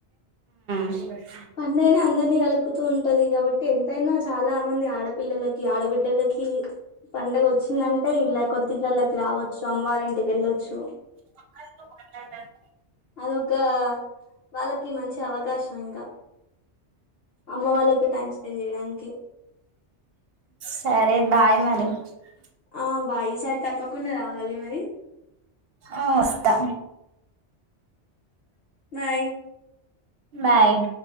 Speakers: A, on the right; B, on the left.
A: <unintelligible>
B: పండుగనే అందరినీ కలుపుతూ ఉంటది కాబట్టి ఎంతైనా చాలా మంది ఆడపి పిల్లలకి ఆడబిడ్డలకి పండగ వచ్చిందంటే ఇల్లా కోతింట్లలోకి రావచ్చు అమ్మవారి ఇంటికి వెళ్ళొ చ్చు
A: <inaudible> మాట్లాడతాండ్
B: అదొక వాళ్ళకి మంచి అవకాశం ఇంకా అమ్మ వాళ్ళతో టైం స్పెండ్ చేయడానికి
A: సరే <unintelligible>
B: ఆ బా ఈసారి తప్పకుండా రావాలి మరి
A: ఆ వస్తా
B: నై
A: మాయం